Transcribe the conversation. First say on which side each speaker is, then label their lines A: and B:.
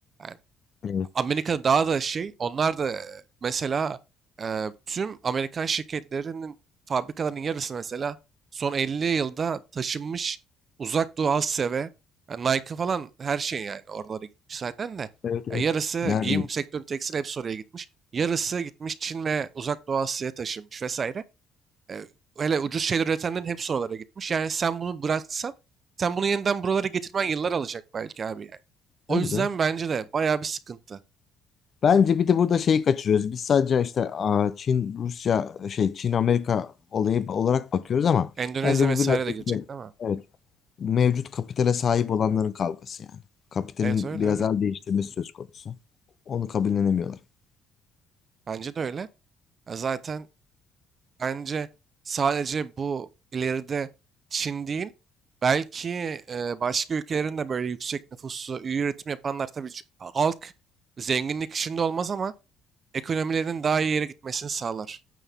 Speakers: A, on the right; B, on the left.
A: Yani
B: Evet,
A: Amerika'da daha da şey, onlar da e, mesela e, tüm Amerikan şirketlerinin fabrikalarının yarısı mesela son 50 yılda taşınmış uzak doğu Asya ve yani Nike falan her şey yani oralara gitmiş zaten de.
B: evet,
A: Ya
B: evet.
A: yarısı
B: Neredeyim?
A: giyim sektörü tekstil hepsi oraya gitmiş. Yarısı gitmiş Çin ve uzak doğu Asya'ya taşınmış vesaire. E, hele ucuz şeyler üretenlerin hepsi oralara gitmiş. Yani sen bunu bıraksan sen bunu yeniden buralara getirmen yıllar alacak belki abi yani. O
B: Tabii
A: yüzden
B: canım.
A: bence de bayağı bir sıkıntı.
B: Bence bir de burada şeyi kaçırıyoruz. Biz sadece işte aa, Çin, Rusya, şey Çin, Amerika olayı olarak bakıyoruz ama
A: Endonezya
B: bence bu
A: vesaire
B: biraz
A: de
B: da-
A: girecek değil mi?
B: evet, mevcut kapitale sahip olanların kavgası yani. Kapitalin
A: Evet öyle
B: biraz
A: öyle.
B: el değiştirmesi söz konusu. Onu kabullenemiyorlar.
A: Bence de öyle. Ya zaten bence sadece bu ileride Çin değil, belki e, başka ülkelerin de böyle yüksek nüfuslu, iyi üretim yapanlar tabii ç- halk zenginlik içinde olmaz ama ekonomilerinin daha iyi yere gitmesini sağlar.